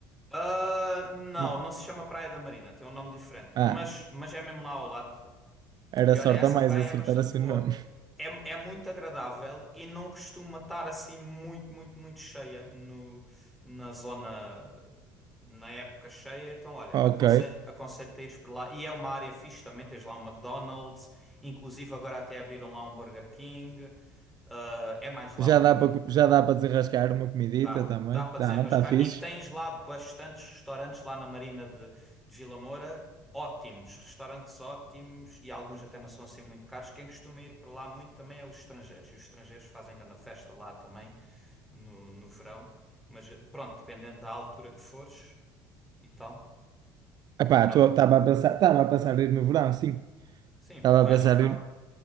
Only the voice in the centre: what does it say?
Ah, não,
não se chama Praia da Marina, tem um nome diferente,
mas, mas é mesmo lá ao lado.
E olha,
essa
praia
é bastante
boa.
É, é muito agradável e não costuma estar assim muito, muito, muito cheia no, na zona, na época cheia. Então, olha,
aconselho, aconselho-te a ires para lá. E é uma área fixe também, tens lá um McDonald's, inclusive agora até abriram lá um Burger King. Ah, é mais lá
um bocadinho.
Dá,
dá para
desenrascar.
E tens lá bastantes restaurantes lá na Marina de, de Vila Moura. Ótimos, restaurantes ótimos e alguns até não são assim muito caros. Quem costuma ir para lá muito também é os estrangeiros. E os estrangeiros fazem grande festa lá também no, no verão. Mas eh, pronto, dependendo da altura que fores e tal.
Pronto,
sim,
vai
no verão.